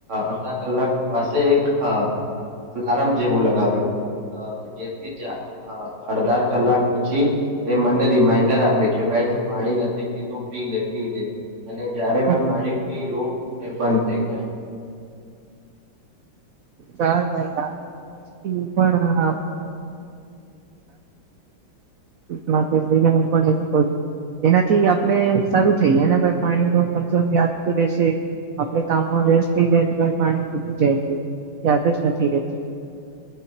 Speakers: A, on the right; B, on the right.
A: અડધા કલાક પાસે એક અ અલાર્મ જેવું લગાવ્યું જેથી જ અડધાર કલાક પછી એ મને રિમાઈન્ડર આપે કે ભાઈ તું પાણી નથી પીધ પી લે પી. લે અને જ્યારે મેં
B: કરું
A: પાણી પીલું એ બંધ થઈ જાય.
B: ચાલ યાર. <unintelligible> ફેમને હું પણ એવું કરું. એનાથી આપણે સારું થઈ જાયને ભ પાણી ન કમસમ યાદ તો રશે. આપડે કામમાં વ્યસ્ત થઇ જાય તો ભ પાણી જય જ યાદ જ નથી રહેતી.